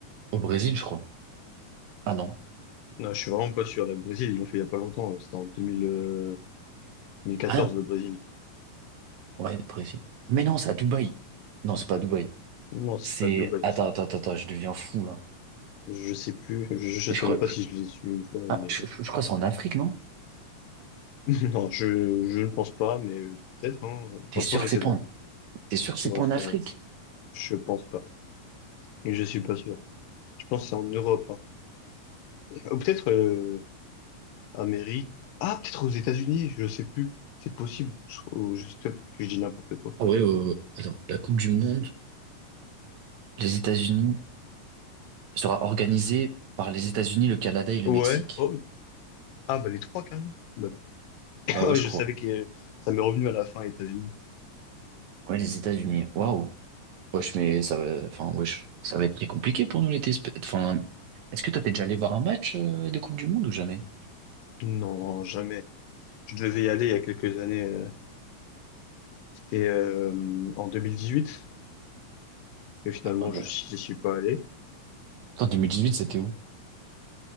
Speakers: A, on the right (about 70°); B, on the left (about 85°).
A: au Brésil, je crois. Ah non,
B: Non, je suis vraiment pas sûr. Le Brésil, ils l'ont fait il y a pas longtemps. euh, C'était en 2000, euh, 2014,
A: rien.
B: le Brésil.
A: Ouais, au Brésil. Mais non, c'est à Dubaï. Non, c'est pas à Dubaï.
B: Non, c'est
A: C'est...
B: pas Dubaï.
A: Attends, attends, attends, attends, je deviens fou, là.
B: Je sais plus. Je, je
A: Je
B: sais
A: crois,
B: même pas
A: je,
B: si je l'ai su une fois,
A: ah,
B: mais
A: je, je- je crois que c'est en Afrique, non?
B: <laughs> non, je, je ne pense pas, mais euh, peut-être, hein.
A: T'es
B: Franchement,
A: sûr
B: je
A: que
B: sais
A: c'est pas
B: pas.
A: en... T'es sûr que c'est
B: Moi,
A: pas en
B: ça,
A: Afrique?
B: je pense pas. Je suis pas sûr. Je pense que c'est en Europe, hein. Ou peut-être, euh, Amérique. Ah, peut-être aux États-Unis, je sais plus. C'est possible. Je, ou je sais pas, peut-être que je dis n'importe quoi.
A: Ah ouais, euh, attends, la Coupe du Monde, les États-Unis, sera organisée par les États-Unis, le Canada et le
B: Ouais.
A: Mexique.
B: Oh. Ah, bah les trois carrément. Bah, d'accord.
A: Bah ouais,
B: <laughs> Ouais,
A: je
B: je
A: crois.
B: savais que euh, ça m'est revenu à la fin, États-Unis.
A: Ouais, les États-Unis. Waouh. Wesh, mais ça va, enfin, wesh, ça va être très compliqué pour nous l'été. Esp- Enfin, est-ce que toi, t'es déjà allé voir un match euh, de Coupe du Monde ou jamais?
B: Non, jamais. Je devais y aller il y a quelques années. euh, C'était euh, en huit Et finalement,
A: Attendez.
B: je n'y suis pas allé.
A: Attends, 2018, c'était où?